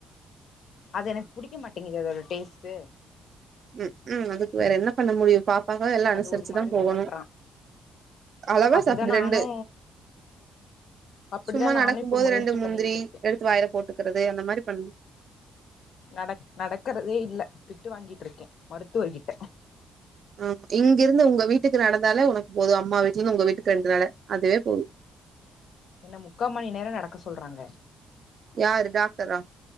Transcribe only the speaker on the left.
அது எனக் புடிக்க மாட்டேங்குது அதோட டேஸ்ட்டூ
அது ஒரு மாரி
ஒமட்றா
அப்டிதா
நானு அப்டிதா
நானு இப்ப
முயற்சி
பண்ணிக்கிட்டு இருக்கே
நடக் நடக்குறதே இல்ல திட்டு வாங்கிட்ருக்கே மருத்துவர்கிட்ட
என்ன முக்கா மணி நேரோ நடக்க சொல்றாங்க